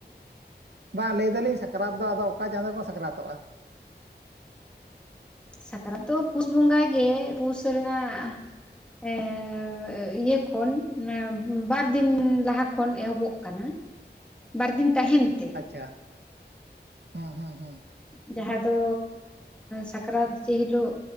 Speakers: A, on the right; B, in the centre.
A: ᱵᱟ ᱞᱟᱹᱭ ᱮᱫᱟᱞᱤᱧ ᱥᱟᱠᱨᱟᱛ ᱫᱚ ᱟᱫᱚ ᱚᱠᱟ ᱪᱟᱸᱫᱚ ᱠᱚ ᱥᱟᱠᱨᱟᱛᱚᱜᱼᱟ?
B: ᱥᱟᱠᱨᱟᱛ ᱫᱚ ᱯᱩᱥ ᱵᱚᱸᱜᱟ ᱜᱮ ᱯᱩᱥ ᱨᱮᱱᱟᱜ ᱮᱸᱻ ᱤᱭᱟᱹ ᱠᱷᱚᱱ ᱵᱟᱨᱫᱤᱱ ᱞᱟᱦᱟ ᱠᱷᱚᱱ ᱮᱦᱚᱵᱚᱜ ᱠᱟᱱᱟ᱾ ᱵᱟᱨ ᱫᱤᱱ ᱛᱟᱦᱮᱱ ᱛᱮ᱾
A: ᱟᱪᱪᱷᱟ ᱦᱮᱸ ᱦᱮᱸ ᱦᱮᱸ᱾
B: ᱡᱟᱦᱟᱸ ᱫᱚ ᱥᱟᱠᱨᱟᱛ ᱡᱮ ᱦᱤᱞᱳᱜ